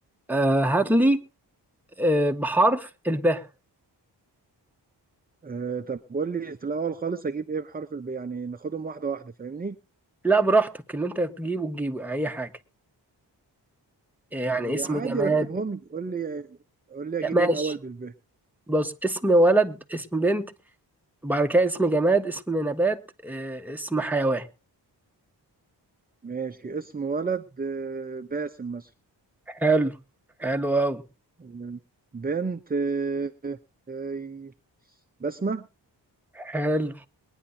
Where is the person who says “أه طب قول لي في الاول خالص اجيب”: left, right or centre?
Right